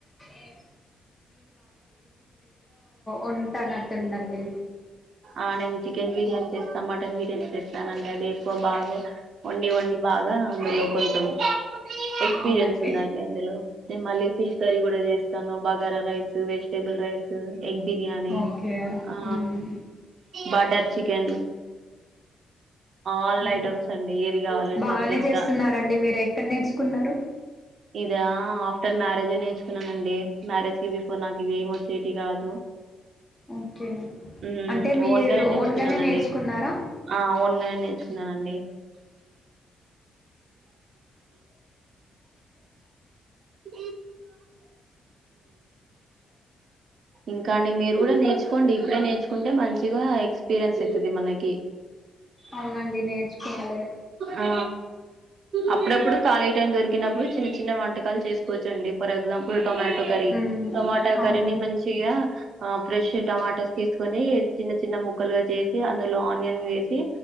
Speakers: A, on the left; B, on the right.
A: ఏ ఉంటానట్టుందండి
B: ఆ నేను చికెన్ బిర్యానీ చేస్త మటన్ బిర్. టెన్ చేస్తానండి. అది ఎక్కువ బాగా. వండి వండి బాగా. అందులో కొంచం. ఎక్స్పీరియన్స్
A: అవునండి
B: ఉందండి. అందులో నేను మళ్ళీ ఫిష్ కర్రీ కూడా చేస్తాను బాగ్. గారా రైస్. చ్ vegetable rice. Egg biryani,
A: okay
B: ఆ
A: మ్మ్
B: బట్. టర్ చికెన్. ఆల్
A: ఊ
B: ఐటమ్స్ అండి ఏది కావాలంటే
A: బాగనే
B: అది చేస్తా
A: చేస్తున్నారండి. మీరు ఎక్కడ నేర్చుకున్నారు.
B: ఇదా ఆఫ్టర్ మ్యారేజె నేర్చుకున్నానండి. మ్యారేజ్ కి బిఫోర్ నాకు ఇవి ఏమి వచ్చేటివి కాదు.
A: ఓకే
B: ఊ
A: అంటే మీరు
B: ఓన్గానె నేర్చుకున్నానండి.
A: ఓన్గానే నేర్చుకున్నారా
B: ఆ ఓన్గానె నేర్చుకున్న నండి. ఊ ఇంకా అండి మీరు కూడ నేర్చుకోండి. ఇప్పుడే నేర్చుకుంటే మంచిగా ఎక్స్పీరియన్స్ అయితది మనకి.
A: అవునండి నేర్చుకోవాలె.
B: ఆ అప్పుడప్పుడు ఖాళీ టైం దొరికినప్పుడు చిన్న చిన్న వంటక్. కల్ చేసుకోవచ్చండి for example tomato curry
A: um
B: tomato
A: అవునండి
B: కర్రీని మంచిగా ఆ ఫ్రెష్ టమాటోస్ తీసుకొని చిన్న చిన్న ము క్కలుగా చేసి అందులో ఆనియన్ వేసి